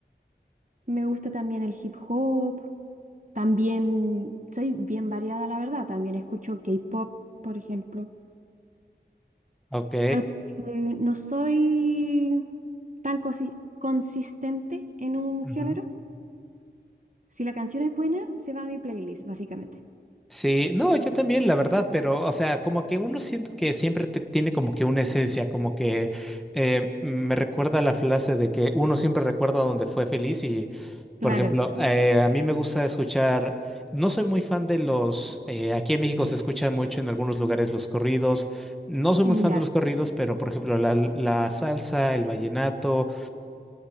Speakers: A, on the right; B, in the centre.
A: me gusta también el hip hop, también soy bien variada, la verdad, también escucho K-pop, por ejemplo.
B: Ok.
A: Aunque eh, no soy tan cosi- consistente en un
B: Ujú.
A: género, si la canción es buena, se va a mi playlist, básicamente.
B: Sí, no, yo también, la verdad, pero, o sea, como que uno siento que siempre te- tiene como que una esencia, como que eh, me recuerda la frase de que uno siempre recuerda donde fue feliz y, por
A: Claro,
B: ejemplo, eh, a mí me gusta escuchar, no soy muy fan de los, eh, aquí en México se escuchan mucho en algunos lugares los corridos, no soy muy
A: ya.
B: fan de los corridos, pero, por ejemplo, la, la salsa, el vallenato,